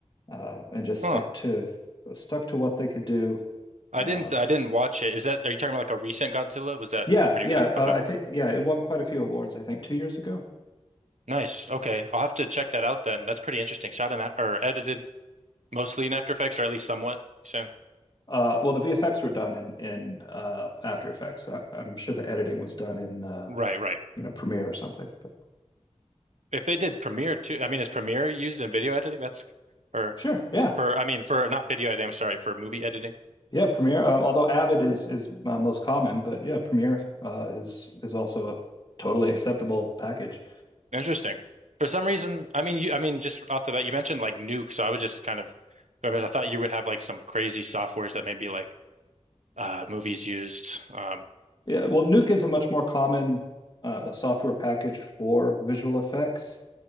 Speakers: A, on the left; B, on the right.
A: uh, and just stuck
B: Huh.
A: to stuck to what they could do.
B: I
A: Uh,
B: didn't I didn't watch it. Is that are you talking about like a recent Godzilla? Was that
A: yeah,
B: pretty
A: yeah,
B: recent?
A: uh,
B: Okay.
A: I think yeah, it won quite a few awards. I think two years ago.
B: Nice. Okay. I'll have to check that out then. That's pretty interesting. Shot in that or edited mostly in After Effects or at least somewhat. So
A: Uh, well, the VFX were done in in uh, After Effects. I, I'm sure the editing was done in uh,
B: right, right.
A: you know Premiere or something. But
B: If they did Premiere too, I mean, is Premiere used in video editing? That's or
A: sure, yeah,
B: for I mean for not video editing, I'm sorry, for movie editing.
A: yeah, Premiere. Uh, although Avid is is uh, most common, but yeah, Premiere uh, is is also a totally acceptable package.
B: Interesting. For some reason, I mean, you, I mean, just off the bat, you mentioned like Nuke, so I would just kind of, I mean, I thought you would have like some crazy softwares that maybe like uh, movies used. Um,
A: Yeah, well, Nuke is a much more common uh, software package for visual effects